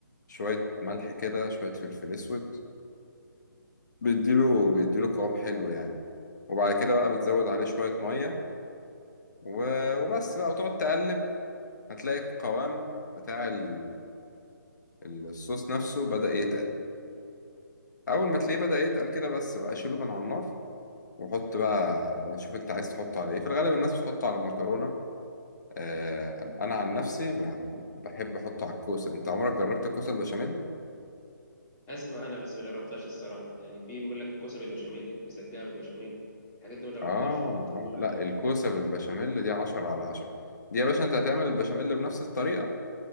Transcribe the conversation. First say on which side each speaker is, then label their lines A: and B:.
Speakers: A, on the left; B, on the left.
A: شويه ملح كده شويه فلفل اسود بيديله بيديله قوام حلو يعني وبعد كده بقى بتزود عليه شويه ميه و... وبس بقى وتقعد تقلب هتلاقي القوام بتاع ال- الصوص نفسه بدأ يتقل اول ما تلاقيه بدأ يتقل كده بس بقى شيله من على النار وحط بقى شوف انت عايز تحطه على ايه في الغالب الناس بتحطه على المكرونة آه انا عن نفسي ب- بحب احطه على الكوسة انت عمرك جربت الكوسة البشاميل
B: اسمع انا بس ما جربتهاش الصراحه يعني في بيقول لك كوسه بالبشاميل مسقعه بالبشاميل الحاجات دي ما جربتهاش
A: اه
B: اللي ما اضحكش
A: آه، لا
B: عليك
A: الكوسة بالبشاميل دي عشرة على عشرة دي يا باشا انت هتعمل البشاميل بنفس الطريقة